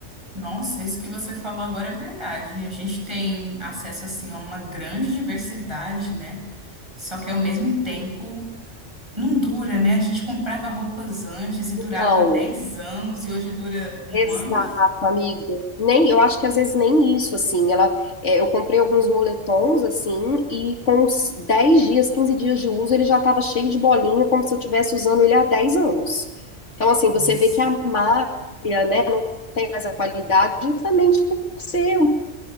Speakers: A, on the right; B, on the left.
A: Nossa, isso que você falou agora é verdade. A gente tem acesso assim a uma grande diversidade, né? Só que ao mesmo tempo. Não dura, né? A gente comprava roupas antes e durava
B: Não.
A: 10 anos e hoje dura um
B: Exato,
A: ano?
B: amiga. Nem, eu acho que às vezes nem isso, assim. Ela, é, eu comprei alguns moletons, assim, e com uns 10 dias, 15 dias de uso, ele já estava cheio de bolinha, como se eu estivesse usando ele há 10 anos. Então, assim,
A: Nossa,
B: você vê que a malha, né, não tem mais a qualidade, justamente por ser um